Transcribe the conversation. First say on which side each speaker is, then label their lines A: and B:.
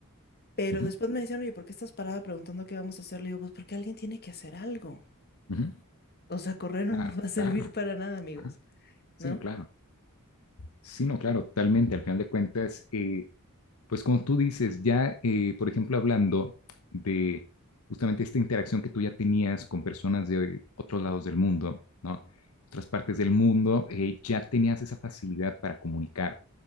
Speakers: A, on the left; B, on the left.
A: Pero
B: ujú,
A: después me decían, oye, ¿por qué estás parada preguntando qué vamos a hacer? Le digo, pues porque alguien tiene que hacer algo.
B: ujú,
A: O sea, correr no
B: claro,
A: nos va a servir
B: claro,
A: para nada, amigos,
B: ajá, sí,
A: ¿no?
B: no, claro, sí, no, claro, totalmente, al final de cuentas, eh, pues como tú dices, ya, eh, por ejemplo, hablando de justamente esta interacción que tú ya tenías con personas de otros lados del mundo, ¿no? Otras partes del mundo, eh, ya tenías esa facilidad para comunicar,